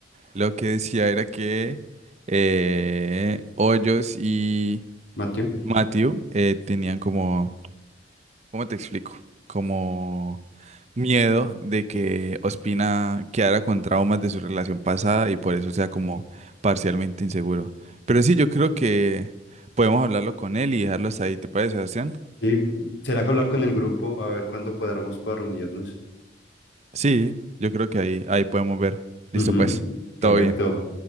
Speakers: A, on the right; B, on the left.
A: Lo que decía era que eh, Hoyos y
B: Mateo.
A: Matthew eh, tenían como, ¿cómo te explico? Como miedo de que Ospina quedara con traumas de su relación pasada y por eso sea como parcialmente inseguro. Pero sí, yo creo que podemos hablarlo con él y dejarlo hasta ahí, ¿te parece, Sebastián?
B: Sí, ¿será que hablar con el grupo? A ver cuándo cuadramos para reunirnos.
A: Sí, yo creo que ahí, ahí podemos ver. Listo,
B: Ujú,
A: pues,
B: Perfecto.
A: todo bien.